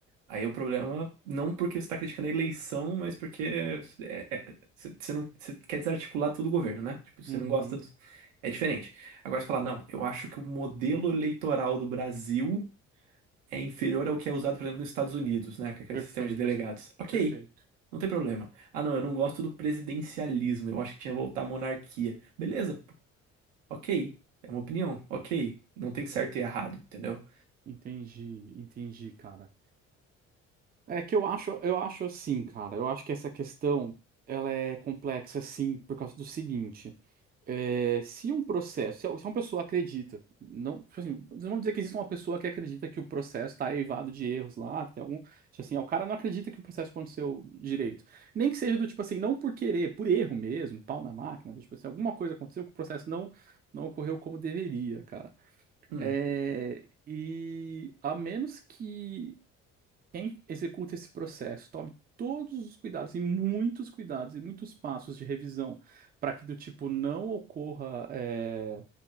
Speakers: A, on the right; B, on the right.
A: Aí o problema, não porque você está criticando a eleição, mas porque é- é- você você não, você quer desarticular todo o governo, né? Tipo, você
B: Uhum.
A: não gosta do... É diferente. Agora você fala, não, eu acho que o modelo eleitoral do Brasil é inferior ao que é usado, por exemplo, nos Estados Unidos, né? Com aquele
B: Perfeito.
A: sistema de delegados. Ok,
B: Perfeito.
A: não tem problema. Ah, não, eu não gosto do presidencialismo, eu acho que tinha que voltar à monarquia. Beleza, Ok, é uma opinião. Ok, não tem certo e errado, entendeu?
B: Entendi, entendi, cara. É que eu acho, eu acho assim, cara. Eu acho que essa questão ela é complexa, sim, por causa do seguinte: é, se um processo, se a- se uma pessoa acredita, não, tipo assim, não vamos dizer que existe uma pessoa que acredita que o processo está eivado de erros lá, tem algum, tipo assim, ah, o cara não acredita que o processo aconteceu direito, nem que seja do tipo assim, não por querer, por erro mesmo, pau na máquina, do tipo assim, alguma coisa aconteceu que o processo não não ocorreu como deveria, cara.
A: Hum,
B: É, e a menos que quem executa esse processo, tome todos os cuidados e muitos cuidados e muitos passos de revisão para que do tipo não ocorra, é,